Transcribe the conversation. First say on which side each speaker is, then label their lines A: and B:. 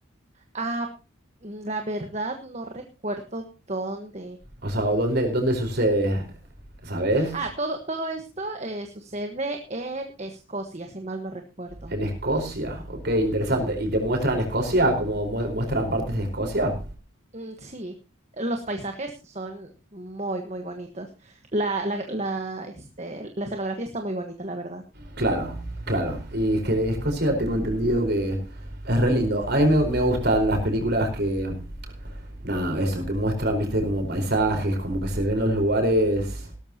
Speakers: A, on the right (about 30°); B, on the right (about 50°).
A: Ah, mm, la verdad no recuerdo dónde.
B: O sea, ¿o ¿dónde, dónde sucede? ¿Sabes?
A: Ah, todo, todo esto eh, sucede en Escocia, si mal no recuerdo.
B: En Escocia, ok, interesante.
A: Ujú.
B: ¿Y te muestran Escocia? ¿Como mu- muestran partes de Escocia?
A: Mm, sí, los paisajes son muy, muy bonitos. La, la, la, este, la escenografía está muy bonita, la verdad.
B: Claro, claro. Y es que de Escocia tengo entendido que es re lindo. A mí me, me gustan las películas que, nada, eso, que muestran, viste, como paisajes, como que se ven los lugares.